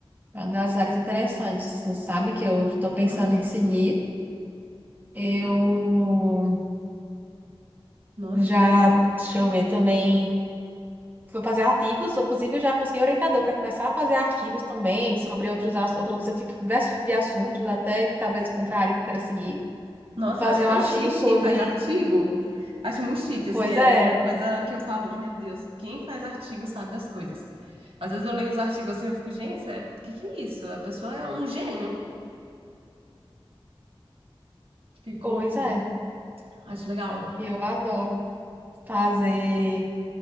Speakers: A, on the right; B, on the right.
A: uma das áreas interessantes,
B: É.
A: sabe? Que eu tô pensando
B: Uhum.
A: em seguir. Eu
B: Nossa,
A: já,
B: legal.
A: deixa eu ver também. fui fazer artigos, inclusive eu já consegui orientador para começar a fazer artigos também sobre outros, ass- outros tipos, diversos tipos de assuntos, até que talvez contra a área que eu queira seguir.
B: Nossa,
A: Fazer
B: eu acho tão
A: um artigo
B: chique
A: sobre.
B: quem faz artigo. Acho muito chique, assim,
A: Pois
B: é
A: é,
B: uma coisa que eu falo, meu Deus, quem faz artigo sabe das coisas. Às vezes eu leio os artigos assim, eu fico, gente, sério, o que que é isso? A pessoa é um gênio. Ficou,
A: pois é.
B: acho legal.
A: Eu adoro fazer.